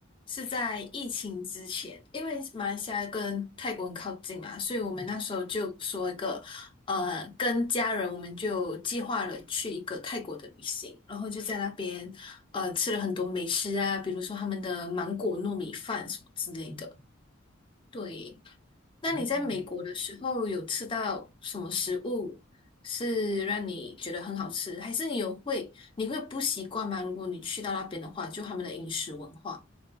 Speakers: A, on the left; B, on the right.
A: 是在疫情之前，因为马来西亚跟泰国很靠近嘛，所以我们那时候就说一个，
B: 嗯
A: 呃，跟家人我们就计划了去一个泰国的旅行，然后就在那边，呃，吃了很多美食啊，比如说他们的芒果糯米饭什么之类的。
B: 嗯，
A: 对，那你在美国的时候有吃到什么食物是让你觉得很好吃，
B: 哦，
A: 还是你有会你会不习惯吗？如果你去到那边的话，就他们的饮食文化，